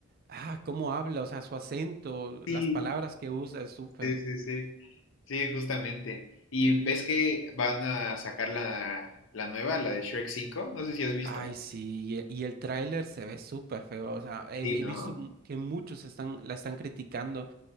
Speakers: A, on the right (about 45°); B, on the left (about 70°).
A: ah, cómo habla, o sea, su acento,
B: Sí,
A: las palabras que usa es súper.
B: sí, sí, sí. Sí, justamente. Y ves que van a sacar la, la nueva, la de Shrek cinco no sé si has visto.
A: Ay, sí, y y el tráiler se ve súper feo, o sea, he,
B: Sí,
A: he
B: ¿no?
A: visto mu- que muchos están, la están criticando.